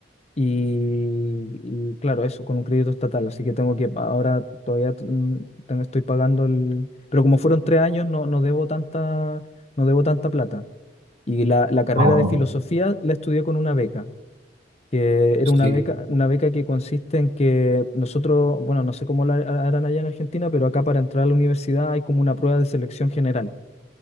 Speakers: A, on the left; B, on the right.
A: Y, y claro, eso con un crédito estatal, así que tengo que, pa- ahora todavía mm, tengo- estoy pagando el, pero como fueron tres años, no, no debo tanta, no debo tanta plata. Y la, la carrera
B: Ah, bueno,
A: de filosofía la estudié con una beca, que
B: sí.
A: era una beca, una beca que consiste en que nosotros, bueno, no sé cómo la harán allá en Argentina, pero acá para entrar a la universidad hay como una prueba de selección general.